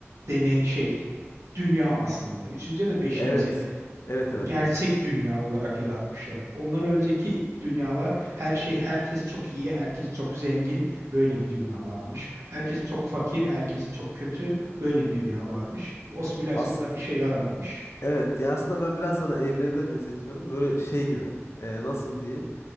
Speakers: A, on the right (about 75°); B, on the left (about 60°).
A: deney şey dünya aslında. Üçüncü ya da beşinci
B: Evet. Evet
A: e,
B: evet.
A: gerçek dünya olarak yaratmışlar. Ondan önceki dünyalar her şey herkes çok iyi, herkes çok zengin böyle bir dünya varmış. Herkes çok fakir, herkes çok kötü böyle bir dünya varmış. O simülasyonlar
B: As
A: işe yaramamış.
B: evet ya aslında ben biraz sana evrene de benzetiyorum. Böyle şey gibi. E, nasıl diyeyim?